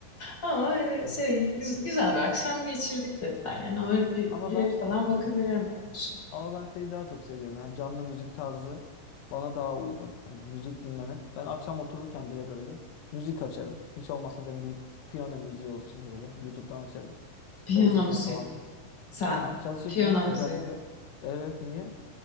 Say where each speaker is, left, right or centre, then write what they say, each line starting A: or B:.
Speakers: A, on the left; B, on the left.
A: Ama hani şey güz- güzel bir akşam geçirdik dediler.
B: Evet.
A: Yani öyle bir
B: Ama
A: bilet
B: ben
A: falan bakabilirim
B: ıı,
A: onun için.
B: Ama ben şeyi daha çok seviyorum. Yani canlı müzik tarzı bana daha uygun. Yani müzik dinlemek. Ben akşam otururken bile böyle müzik açarım. Hiç olmazsa derim bir piyano müziği olsun böyle. YouTube'dan açarım.
A: Piyano
B: Çalışırken
A: müziği.
B: falan filan.
A: Sen.
B: Ha, çalışırken
A: Piyano
B: özellikle.
A: müziği.
B: Evet niye?